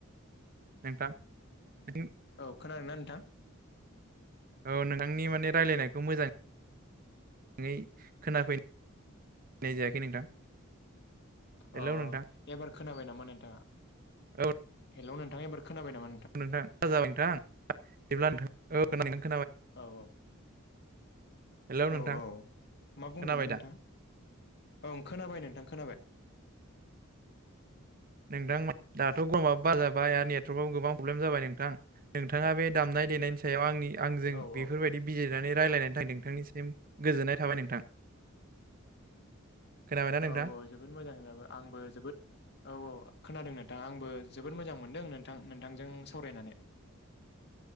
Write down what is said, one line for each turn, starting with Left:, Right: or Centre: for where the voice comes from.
Right: नोंथां <unintelligible>
Left: औ खोनादोंना नोंथां?
Right: औ नोंथांनि माने रायजलायनायखौ मोजां। ङै खोनाफैनाय जायाखै नोंथां हेलौ
Left: अ
Right: नोंथां
Left: एबार खोनाबाय नामा नोंथाङा
Right: औ
Left: हेलौ नोंथां एबार। खोनाबाय नामा
Right: नोंथां जाबाय नोंथां बिदिब्ला नोंथां औ खोनादों नोंथां
Left: औ औ।
Right: हेलौ नोंथां
Left: औ औ मा बुंदोंमोन
Right: खोनाबाय दा
Left: नोंथां औ खोनाबाय नोंथां। खोनाबाय
Right: नोंथां दाथ गरमाबो बार जाबाय आरो नेथवर्कआबो गोबां प्रब्लेम जाबाय नोंथां नोंथाङा बे दामनाय नाय देनायनि सायाव आंनि आंजों
Left: औ
Right: बेफोरबायदि
Left: औ
Right: बिजिरनानै रायलायनायनि थाखाय नोंथांनिसिम गोजोननाय थाबाय नोंथां। खोनाबायना नोंथां
Left: औ औ जोबोद मोजां जाबाय आंबो जोबोद औ औ खोनादों नोंथां आंबो जोबोद मोजां मोनदों नोंथां नोंथांजों सावरायनानै